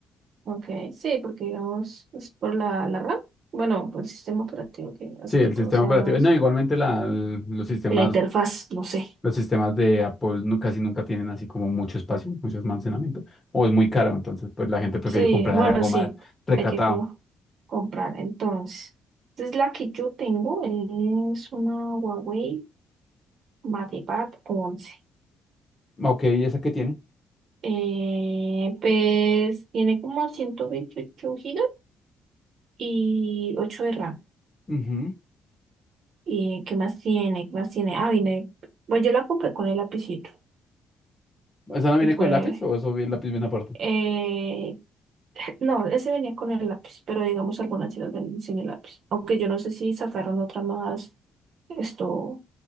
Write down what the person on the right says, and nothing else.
Ok, sí, porque digamos, es por la, la RAM, bueno, por el sistema operativo que hace
que
todo sea
más,
y la interfaz, no sé.
Sí,
bueno,
sí,
hay que co- comprar entonces. Entonces la que yo tengo es una Huawei MatePad once.
Eh, pues tiene como 128 gigas y 8 de RAM.
¿Y qué más tiene? ¿Qué más tiene? Ah, viene, bueno, yo la compré con el lapicito
y pues...
Eh, No, ese venía con el lápiz, pero digamos algunas sí las venden sin el lápiz. Aunque yo no sé si sacaron otra más, esto,